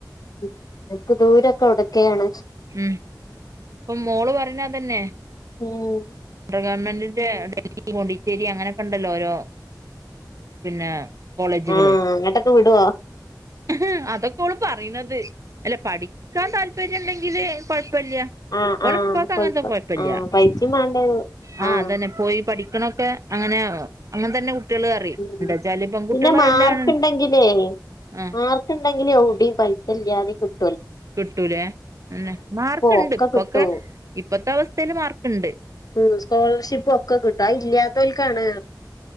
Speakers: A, on the left; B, on the right.
A: ഉ എക്ക് ദൂരൊക്കൊ ഡെക്കേണ്
B: ഉം ഇപ്പൊ മോള് പറഞ്ഞ അതന്നെ.
A: ഉം
B: ഗവൺമെന്റിന്റെ ഡൽഹി പോണ്ടിച്ചേരി അങ്ങനൊക്കെ ണ്ടല്ലോ ഓരോ പിന്നെ കോളേജുകള്
A: ആഹ് അങ്ങട്ടൊക്കെ വിടോ
B: ഹ് ഹ് <unintelligible> പറയുന്നത് അല്ല പഠിക്കാൻ താല്പര്യം ണ്ടെങ്കില് കൊഴപ്പല്ല്യ.
A: ആഹ്
B: ഓളപ്പാക്കങ്ങനത്തെ
A: ആഹ് കോഴിക്കോ
B: കൊഴപ്പല്ല്യ.
A: ആഹ് പൈസയും വേണ്ടേ
B: ആ
A: ആഹ്
B: അതന്നെ പോയി പഠിക്കണൊക്കെ അങ്ങനെ, അങ്ങനെ തന്നെ. കുട്ടികള് പറയും
A: ഉം
B: എന്താച്ചാല് പെൺകുട്ടികള്
A: പിന്നെ മാർക്ണ്ടെങ്കിലേ
B: തന്നെയാണ്
A: <inaudible>
B: ആഹ്
A: <unintelligible> എവടിംപൈസ ല്ല്യതെ <unintelligible>
B: കിട്ടൂലേ പിന്നെ മാർക്ക് ഇണ്ട്
A: ഒക്കെ
B: ഇപ്പൊക്കെ
A: കിട്ടും
B: ഇപ്പത്തെ അവസ്ഥയില് മാർക്ക്ണ്ട്.
A: ഉം, സ്കോളർഷിപ്പോക്കെ കിട്ടും അഇല്ല്യാത്തോൽക്കാണ്.